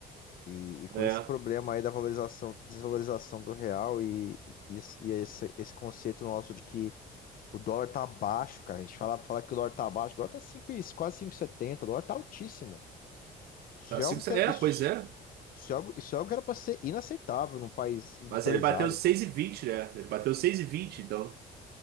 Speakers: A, on the left; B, on the right.
A: E, e com
B: É,
A: esse problema aí da valorização, desvalorização do real e, e, esse, e esse esse conceito nosso de que O dólar tá baixo, cara. A gente fala, fala que o dólar tá baixo. O dólar tá cinco e- quase 5,70. O dólar tá altíssimo. Isso
B: tá
A: é
B: cinco,
A: algo que
B: é,
A: era, isso,
B: pois é.
A: isso é algo, isso é algo que era pra ser inaceitável num país industrializado.
B: Mas ele bateu seis e vinte né? Ele bateu seis e vinte então.